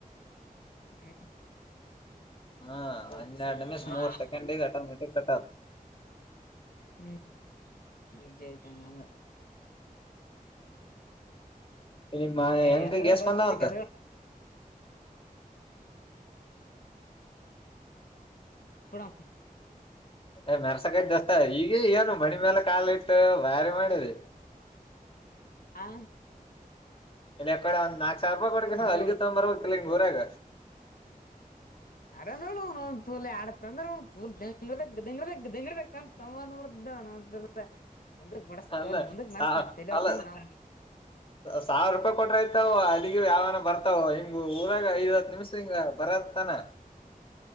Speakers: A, on the left; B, on the left.
A: ಹ್ಮ್ <inaudible>
B: ಹಾ
A: ಬೇರೆ
B: ಹನ್ನೆರಡು
A: ಆಯ್ತು
B: ನಿಮಿ
A: ಪಾಡಿ
B: ಮೂರು ಸೆಕೆಂಡ ಕೆಟ್ಟ ಕೆಟ್ಟ <unintelligible>
A: ಹ್ಮ್ ನಿಜ್ಜೆಾಯ್ತಂಗ ಅಂದ್ರ <unintelligible>
B: ನಿಮ್ಮ
A: ಹ
B: ಎಂಕಗ್
A: ಯತಗ
B: ಎಸ್
A: ಬಸ್ತಿ
B: ಬಂದಾವಂತ
A: <unintelligible> <unintelligible> <inaudible>
B: ಏ ಮೆರ್ಸಕೈ ಜಸ್ತ ಈಗ ಏನು ಮಣಿ ಮೇಾಲ ಕಾಲ ಇಟ್ಟು ವಾರಿ ಮಾಡಿದೆ
A: ಹಾ
B: ಇನ್ ಯಕಡೆ ಒಂದ ನಾಕಕ್ ಸಾವರ ರೂಪಾಯಿ ಕೊಡಕ
A: ಹೆಂಗ
B: ಅಲ್ಲಿಗ ತಗೊ್ ಬರ್ಬಬೇಕ ಕಲ್ಲ ಹಂಗ ಊರಾಗ
A: ಅಡ, ನೋಡ ತೂಲ್ ಆಡತ ಅಂದ್ರ ತೂಲ್ ದೆಂಗಿದಕ್ಕೂ, ದಿಂಗ, ದಿಂಗದಂತ, ತವ ನೋಡು. <inaudible> ಇದ್ದನು, ಅಂತ, ಮುಂದಕ್, ಬಡಸ್,
B: ಅಲ್ಲ
A: ಮುಂದಕ್ ಮರ್ಸ್ನಳವಕಂದ,
B: ಅಲ್ಲ
A: ನಾ. <inaudible>
B: ಸಾವಿರ, ರೂಪಾಯಿ, ಕೊಟ್ರ ಆಯತಾವ ಅಲ್ಲಿಗ ಯಾವನ ಬರ್ತಾವು, ಹಿಂಗ್ ಊರಾಗ ಐವತ್ತು, ನಿಮಿಷ, ಹಿಂಗ, ಬ. <inaudible> ಬರುದಾಹುತನೆ. <inaudible>